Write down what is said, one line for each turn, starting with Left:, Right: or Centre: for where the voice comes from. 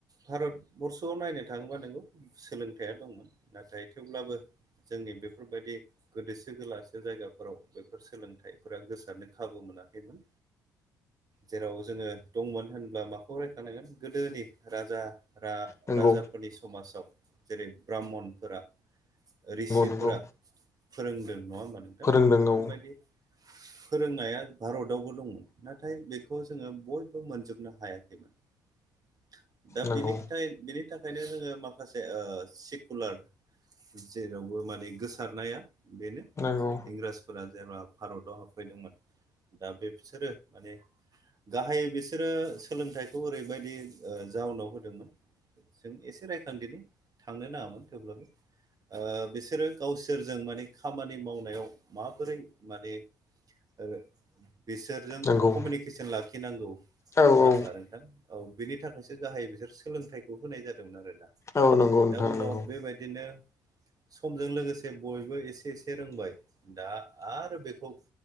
Right: भारत बरर्स'आव नायनो थाङोबा नोंगौ। सोलोंथाइया दंमोन नाथाय थेवब्लाबो जोंनि बेफोरबायदि गोदोसो गोलासे जायगाफोराव बेफोर सोलोंथाइफोरा गोसारनो खाबु मोनाखैमोन। जेराव जोङो दंमोन होनब्ला मा खौ रायखांनांगोन गोदोनि राजा रा-राजाफोरनि
Left: नंगौ
Right: समाजाव जेरै ब्राह्मनफोरा, रिशिफोरा
Left: नंगौ
Right: फोरोंदों नङा होमबा नोंथां?
Left: फोरोंदों
Right: बेफोरबायदि
Left: औ
Right: फोरोंनाया भारतावबो दंमोन। नाथाय बेखौ जोङो बयबो मोनजोबनो हाया खैमोन। दा
Left: नंगौ
Right: बिनि थाय बिनि थाखायनो जोङो माखा खासे ओ सेकुलार जेरावबो माने गोसारनाया बेनो
Left: नंगौ
Right: इंराजफोरा जेब्ला भारतआव हाबफैदोंमोन दा बेबसोरो माने गाहायै बेसोरो सोलोंथाइखौ ओरैबायदि ओ जाउनाव हो दोंमोन। जों एसे रायखांदिनि थांनो नाङामोन थेवब्लाबो ओ बिसोरो गावसोरजों माने खामानि मावनायाव माबोरै माने ओ बिसोरजों
Left: नंगौ
Right: कमिउनिकेसन लाखिनांगौ।
Left: औ
Right: नोङा होमब्ला
Left: औ
Right: नोंथां औ बिनि थाखायसो गाहाय बिसोर सोलोंथाइखौ होनाय जादोंमोन आरोना।
Left: औ नंगौ नोंथां
Right: दा उनाव
Left: नंगौ
Right: बेबायदिनो। समजों लोगोसे बयबो एसे एसे रोंबाय दा आरो बेखौ।